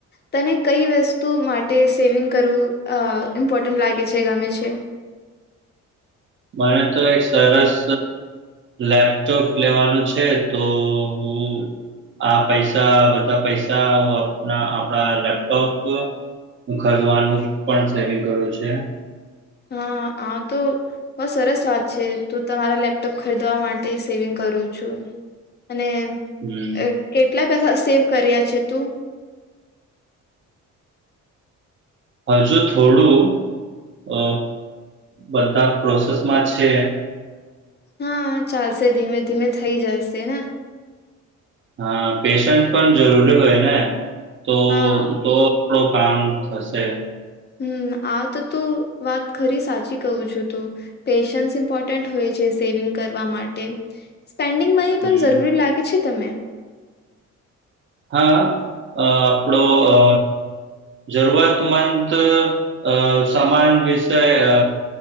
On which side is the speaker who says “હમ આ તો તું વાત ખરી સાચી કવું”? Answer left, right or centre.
Left